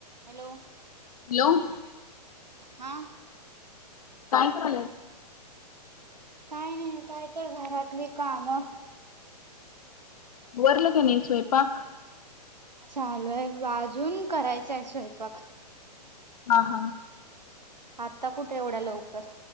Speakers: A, on the right; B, on the left.
A: Hello...
B: hello
A: हा
B: काय करायल्यास?
A: काय नाही काय तर घरातली काम
B: आवरलं काय नाही स्वयंपाक?
A: चाललंय. अजून करायचंय स्वयंपाक.
B: हा हा
A: आता कुठे एवढ्या लवकर